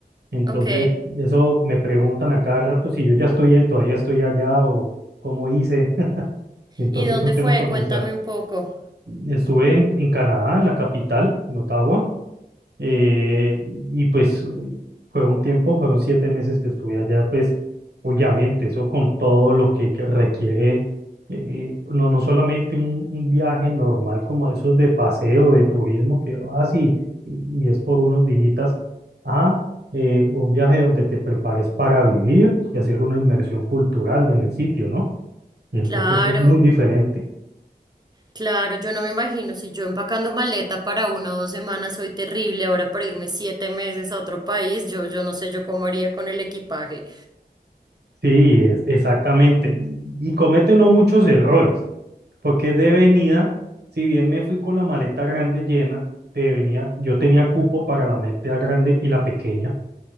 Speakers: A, on the right; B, on the right.
A: Entonces,
B: Ok.
A: eso me preguntan a cada rato si yo ya estoy, todavía estoy allá o cómo hice. <laughs> Entonces
B: ¿Y dónde
A: son temas
B: fue?
A: para
B: Cuéntame
A: conversar.
B: un poco.
A: Estuve en, en Canadá, en la capital, en Ottawa, eh, y pues eh, fue un tiempo, fueron siete meses que estuve allá, pues obviamente eso con todo lo que, que requiere, eh, no, no solamente un, un viaje normal como esos de paseo, de turismo, que así, y y es por unos dígitas, a eh, un viaje donde te prepares para vivir y hacer una inmersión cultural en el sitio, ¿no? Y entonces
B: Claro,
A: es muy diferente.
B: claro, yo no me imagino si yo empacando maleta para una o dos semanas soy terrible, ahora para irme siete meses a otro país, yo, yo no sé yo cómo haría con el equipaje.
A: Sí, es, exactamente. Y, y comete uno muchos errores, porque de venida, si bien me fui con la maleta grande llena, de venida yo tenía cupo para la maleta grande y la pequeña.